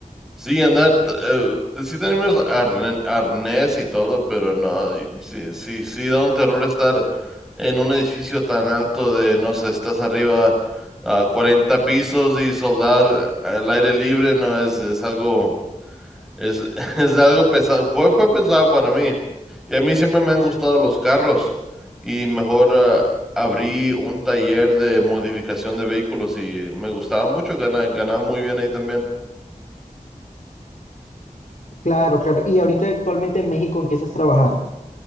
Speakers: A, in the centre; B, on the left.
A: Sí, andar, eh, pues, sí tenemos arne- arnés y todo, pero no, y sí, sí, sí da un terror estar en un edificio tan alto de, no sé, estás arriba a 40 pisos y soldar al aire libre, no, es, es algo, es, <laughs> es algo pesado, fue, fue pesado para mí. Y a mí siempre me han gustado los carros y mejor ah, abrí un taller de modificación de vehículos y me gustaba mucho, gana- ganaba muy bien ahí también.
B: Claro, claro. Y ahorita actualmente en México, ¿en qué estás trabajando?